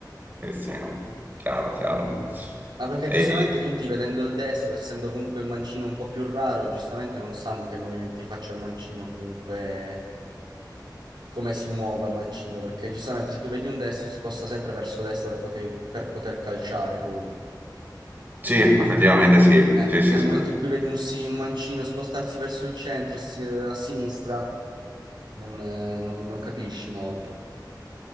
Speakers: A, on the right; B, on the right.
A: Eh sì, chiaro, chiaro.
B: Ma perché
A: E-
B: giustamente tutti vedendo il destro, essendo comunque il mancino un po' più raro, giustamente non sanno che movimenti faccia il mancino comunque come si muova il mancino, perché giustamente se tu vedi un destro si sposta sempre verso destra per poter, per poter calciare poi.
A: Sì, effettivamente sì,
B: Eh,
A: sì, sì,
B: nel
A: sì.
B: momento in cui vedi un, si- un mancino spostarsi verso il centro, si- a sinistra, non, eh, non- non capisci molto.